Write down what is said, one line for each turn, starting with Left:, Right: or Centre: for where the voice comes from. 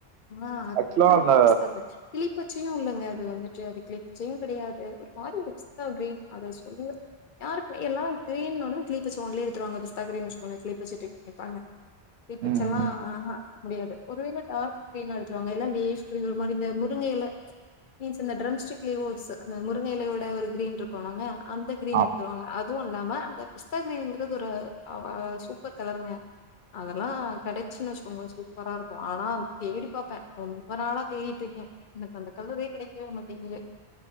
Left: ஆ அக்யூர்
Right: ஆக்சுவலா அந்த
Left: பிஸ்தா கிரீன் கிளிப்பச்சயு இல்லங்க அது வந்துட்டு அது கிளி பச்சயு கெடையாது அது ஒரு மாரி ஒரு பிஸ்தா கிரீன் அத சொல்லுவே யாருக்கு மே எல்லாம் கிரீன் இன்ன ஒடனே கிளி பச்ச ஒன்லி எடுத்துடுவாங்க பிஸ்தா கிரீன் <unintelligible> நீங்க பாருங்க சிப்புசெல்லா
Right: ம், ம்.
Left: ஆ ஆஹ முடியாது ஒருவேல டார்க் கிரீனா எடுத்துக்கோங்க எல்லா லீஃப் கிரீன் ஒரு மாரி இந்த முருங்க எல மீன்ஸ் இந்த ட்ரம் ஸ்டிக் லீவ்ஸ் அந்த முருங்கையிலையேட ஒரு கிரீன் இருக்கோம்லங்க அந்த கிரீன்
Right: ஆ,
Left: எடுத்துடுவாங்க அதுவு இல்லாம அந்த பிஸ்த கிரீன்னுங்கறது ஒரு சூப்பர் கலருங்க அதெல்லா கடைச்சுன்னு வெச்சிகோங்க சூப்பரா இருக்கோ ஆனா தேடி பாப்பே ரொம்ப நாளா தேடிட்டு இருக்கே எனக்கு அந்த கலரே கிடைக்கவே மாட்டேங்கு